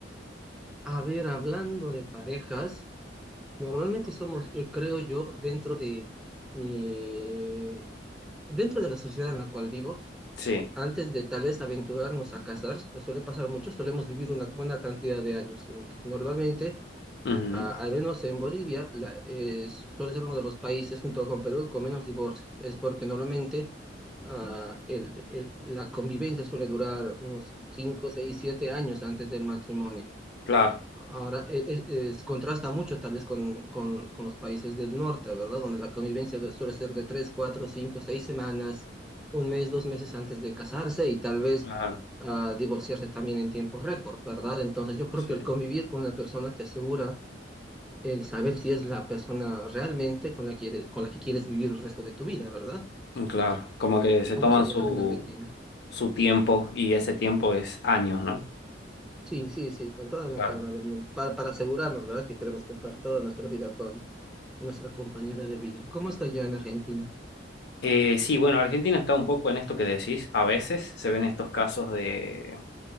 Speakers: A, in the centre; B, on the left (about 65°).
A: A ver, hablando de parejas, normalmente somos, eh, creo yo, dentro de mi, dentro de la sociedad en la cual vivo,
B: Sí.
A: Antes de tal vez aventurarnos a casar, suele pasar mucho, solemos vivir una buena cantidad de años juntos. Normalmente,
B: Ujú,
A: a- al menos en Bolivia, la- eh, suele ser uno de los países junto con Perú con menos divorcios. Es porque normalmente ah, el- el- la convivencia suele durar unos 5, 6, 7 años antes del matrimonio.
B: Claro.
A: Ahora eh, eh, es- contrasta mucho tal vez con, con, con los países del norte, ¿verdad? Donde la convivencia de- suele ser de tres, cuatro, cinco, seis semanas, un mes, dos meses antes de casarse y tal vez
B: Claro.
A: ah, divorciarse también en tiempo récord, ¿verdad? Entonces yo creo
B: Sí.
A: que el convivir con una persona te asegura el saber si es la persona realmente con la que quieres, con la que quieres vivir el resto de tu vida, ¿verdad?
B: Claro, como que se
A: ¿Cómo
B: toman
A: es allá
B: su,
A: en Argentina?
B: su tiempo y ese tiempo es años, ¿no?
A: Sí, sí, sí, con toda
B: Claro.
A: la calma del mundo, para, para asegurarnos, ¿verdad? Que queremos compartir toda nuestra vida con nuestra compañera de vida. ¿Cómo está ya en Argentina?
B: Eh, sí, bueno, Argentina está un poco en esto que decís. A veces se ven estos casos de,